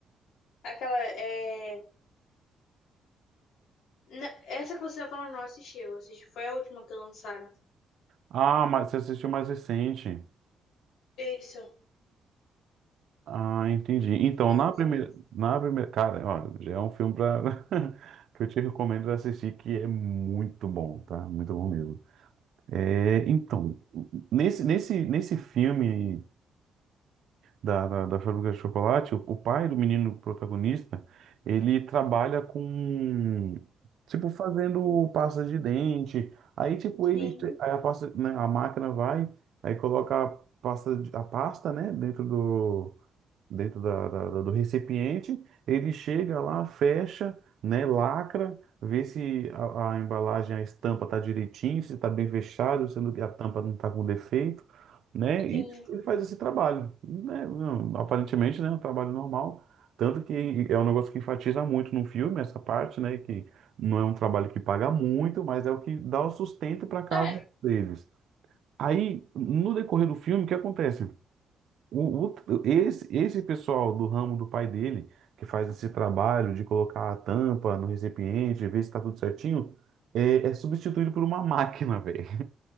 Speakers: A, on the left; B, on the right.
A: Aquela, é... na- Essa que você tá falando, eu não assisti, eu assisti. Foi a última que lançaram.
B: Ah, mas você assistiu mais recente.
A: Isso.
B: Ah, entendi. Então,
A: Mais
B: na primeira,
A: ou menos.
B: na primeira, cara, ó, já é um filme pra, <laughs> que eu te recomendo assistir, que é muito bom, tá? Muito bom mesmo. É, então, nesse, nesse, nesse filme da, da, da Fábrica de Chocolate, o, o pai do menino protagonista, ele trabalha com, tipo, fazendo pasta de dente. Aí, tipo, ele,
A: Sim,
B: aí a pasta, né, a máquina vai, aí coloca a pasta, de- a pasta, né, dentro do dentro da, da- da- do recipiente, ele chega lá, fecha, né, lacra, vê se a, a embalagem, a estampa está direitinho, se está bem fechado, se não- a tampa não está com defeito, né, e
A: sim.
B: ele faz esse trabalho, né, não, aparentemente, né, um trabalho normal, tanto que é um negócio que enfatiza muito no filme, essa parte, né, que não é um trabalho que paga muito, mas é o que dá o sustento para casa
A: É,
B: deles. Aí, no decorrer do filme, o que acontece? O, o- esse, esse pessoal do ramo do pai dele, que faz esse trabalho de colocar a tampa no recipiente, ver se está tudo certinho, é, é substituído por uma máquina, velho. <laughs>